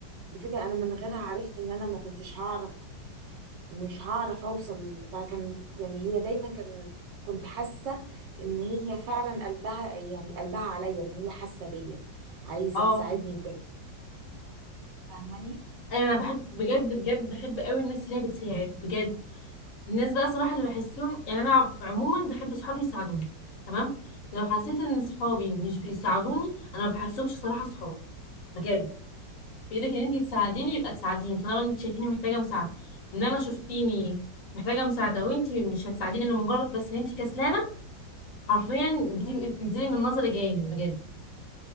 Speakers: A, on the right; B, on the left.
A: لفكره انا من غيرها عرفت ان انا ما كنتش هعرف مش هعرف اوصل بتاع كان يعني هي دايما كان كنت حاسه ان هي فعلا قلبها يعني قلبها عليا ان هي حاسه بيا عايزه
B: اه
A: تساعدني بجد فاهماني
B: ايوه انا بحب بجد بجد بحب قوي الناس اللي هي بتساعد بجد الناس بقى صراحة اللي بحسهم يعني أنا ع- عموما بحب صحابي يساعدوني تمام لو حسيت إن صحابي مش بيساعدوني أنا ما بحسهمش صراحة صحابي بجد بإيدك إن أنت تساعديني يبقى تساعديني طالما أنت شايفيني محتاجة مساعدة إنما شفتيني محتاجة مساعدة وأنت مش هتساعديني لمجرد بس إن أنت كسلانة حرفيا بتبقي بتنزلي من نظري جامد بجد